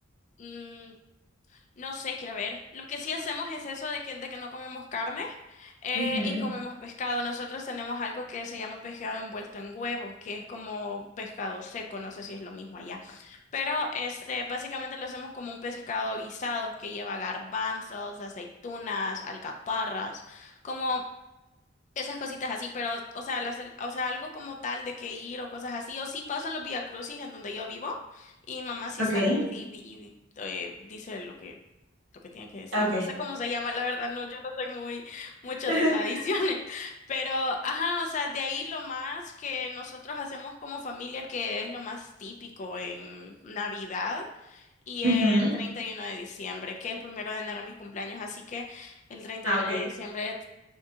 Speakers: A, on the left; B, on the right.
A: mm, no sé, quiero ver. Lo que sí hacemos es eso de que, de que no comemos carne. Eh,
B: Ujú,
A: y comemos pescado. Nosotros tenemos algo que se llama pescado envuelto en huevo, que es como pescado seco, no sé si es lo mismo allá. Pero este, básicamente lo hacemos como un pescado guisado que lleva garbanzos, aceitunas, alcaparras, como esas cositas así, pero, o sea, las, o sea, algo como tal de que ir o cosas así, o sí pasan los Vía Crucis en donde yo vivo, y mi mamá sí
B: Ok,
A: sale y, y- eh, dice lo que, lo que tiene que decir.
B: ok.
A: No sé cómo se llama, la verdad, no, yo no soy muy, mucho
B: <laughs>
A: de tradiciones, <laughs> pero, ajá, o sea, de ahí lo más que nosotros hacemos como familia, que es lo más típico en Navidad. Y el
B: Ujú,
A: 31 de diciembre, que el primero de enero es mi cumpleaños, así que el treinta
B: Ah,
A: y uno
B: ok.
A: de diciembre